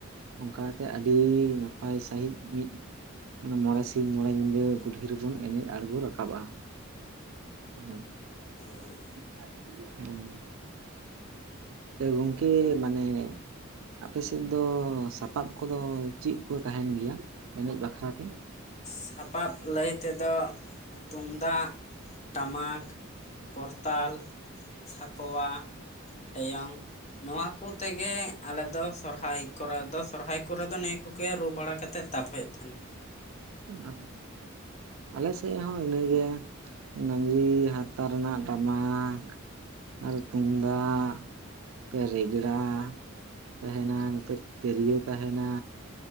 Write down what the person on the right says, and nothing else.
ᱚᱱᱠᱟᱛᱮ ᱟᱹᱰᱤ ᱱᱟᱯᱟᱭ ᱥᱟᱺᱦᱤᱡ ᱢᱤᱫ ᱚᱱᱟ ᱢᱚᱬᱮ ᱥᱤᱧ ᱢᱚᱬᱮ ᱧᱤᱫᱟᱹ ᱠᱩᱞᱦᱤ ᱨᱮᱵᱩᱱ ᱮᱱᱮᱡ ᱟᱬᱜᱚ ᱨᱟᱠᱟᱵᱼᱟ᱾ ᱦᱮᱸ᱾
<inaudible> ᱮ ᱜᱚᱝᱠᱮ ᱢᱟᱱᱮ ᱟᱯᱮᱥᱮᱫ ᱫᱚ ᱥᱟᱯᱟᱵ ᱠᱚᱫᱚ ᱪᱮᱫ ᱠᱚ ᱛᱟᱦᱮᱸᱱ ᱜᱮᱭᱟ? ᱮᱱᱮᱡ ᱵᱟᱠᱷᱨᱟᱛᱮ?
ᱦᱩᱸ ᱟᱫᱚ ᱟᱞᱮ ᱥᱮᱫ ᱦᱚᱸ ᱤᱱᱟᱹᱜᱮ ᱰᱟᱹᱝᱨᱤ ᱦᱟᱨᱛᱟ ᱨᱮᱱᱟᱜ ᱴᱟᱢᱟᱠ ᱟᱨ ᱛᱩᱢᱫᱟᱜ ᱱᱚᱛᱮ ᱨᱮᱜᱽᱲᱟ ᱛᱟᱦᱮᱸᱱᱟ ᱱᱚᱛᱮ ᱛᱤᱨᱭᱳ ᱛᱟᱦᱮᱸᱱᱟ᱾